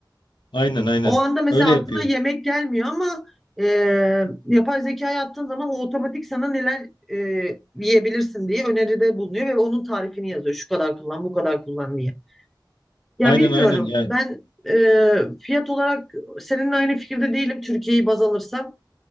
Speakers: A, on the left; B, in the centre.
A: Aynen aynen.
B: O anda mesela
A: Öyle
B: aklına
A: yapıyor.
B: yemek gelmiyor ama e, yapay zekaya attığın zaman o otomatik sana neler e, yiyebilirsin diye öneride bulunuyor ve onun tarifini yazıyor. Şu kadar kullan, bu kadar kullan diye. Ya
A: Aynen
B: bilmiyorum.
A: aynen ya
B: Ben e, fiyat olarak seninle aynı fikirde değilim Türkiye'yi baz alırsam.